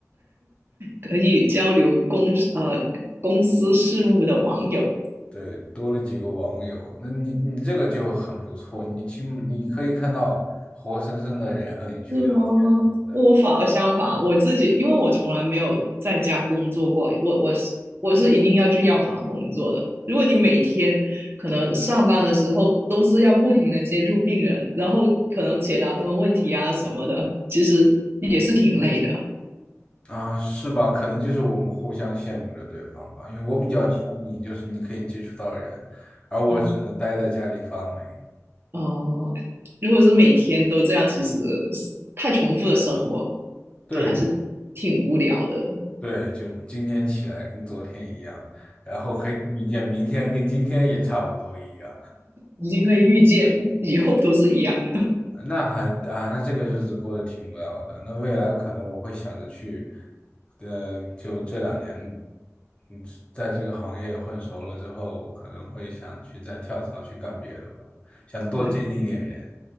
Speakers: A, on the right; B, on the left.
A: 可以交流公呃公司事务的网友，
B: 对，多了几个网友，那你你这个就很不错，你起码你可以看到活生生的人和你去聊天什么的，
A: 是吗？我反而相反，我自己因为我从来没有在家工作过，我我是我是一定要去药房工作的。如果你每天可能上班的时候都是要不停的接触病人，然后可能解答他们问题啊什么的，其实也是挺累的。
B: 啊，是吧？可能就是我们互相羡慕着对方吧，因为我比较羡慕你，就是你可以接触到人，而我只能待在家里发霉。
A: 嗯，哦、如果是每天都这样，其实太重复的生活
B: 对
A: 还是挺无聊的。
B: 对，就今天起来跟昨天一样，然后可以预见明天跟今天也差不多一样。
A: 已经可以预见以后都是一样的。
B: 那还啊，那这个日子过得挺无聊的。那未来可能我会想着去，呃，就这两年，嗯，在这个行业混熟了之后，可能会想去再跳槽去干别的吧，想多见一点人
A: 对。